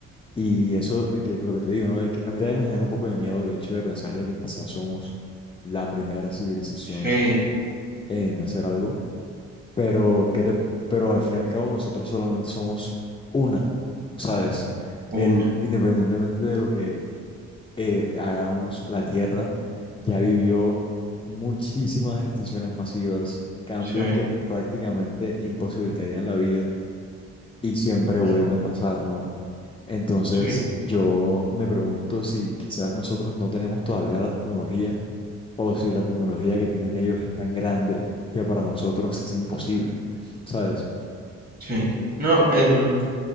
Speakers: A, on the left (about 20°); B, on the right (about 30°).
A: Y eso de que lo que te digo, ¿no? De que a mí también me genera un poco de miedo el hecho de pensar de que quizás somos la primera civilización
B: sí,
A: en hacer algo, pero que te- pero al fin y al cabo nosotros solamente somos una, ¿sabes?
B: una.
A: El, independientemente de lo que eh, hagamos, la Tierra ya vivió muchísimas extinciones masivas, cambios
B: Sí,
A: que prácticamente imposibilitarían la vida y siempre
B: claro.
A: vuelve a pasar, ¿no? Entonces
B: Sí,
A: yo me pregunto si quizás nosotros no tenemos todavía la tecnología o si la tecnología que tienen ellos es tan grande que para nosotros es imposible, ¿sabes?
B: sí. No, em,